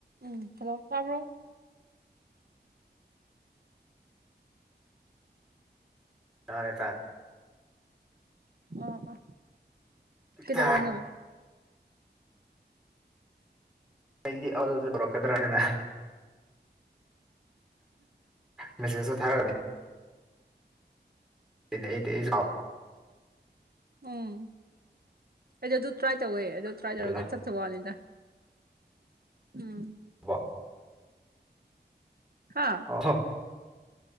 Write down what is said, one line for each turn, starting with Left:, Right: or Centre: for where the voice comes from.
Right: ꯎꯝ hello ꯇꯥꯔꯕ꯭ꯔꯣ
Centre: ꯉꯥꯡ ꯌꯦ
Right: ꯑꯣ ꯑꯥ ꯀꯩꯗꯧꯔꯤꯅꯣ
Centre: ꯇꯥꯔꯦ ꯑꯩꯗꯤ ꯑꯗꯨꯗ ꯇꯧꯔꯛꯀꯗ꯭ꯔꯥꯅꯦꯅ ꯃꯁ ꯊꯔꯅꯤ ꯑꯩꯗꯤ ꯆꯥꯎꯥꯎ
Right: ꯎꯝ ꯑꯩ ꯑꯗꯨ ꯇ꯭ꯔꯥꯏ ꯇꯧꯋꯦ ꯑꯗꯨ ꯇ꯭ꯔꯥꯏ
Centre: ꯀꯥꯎꯗꯅꯀꯣ
Right: ꯇꯧꯔꯒ ꯀ ꯐꯅꯤꯗ ꯎꯝ
Centre: ꯋꯥ
Right: ꯍꯥ
Centre: ꯑꯣ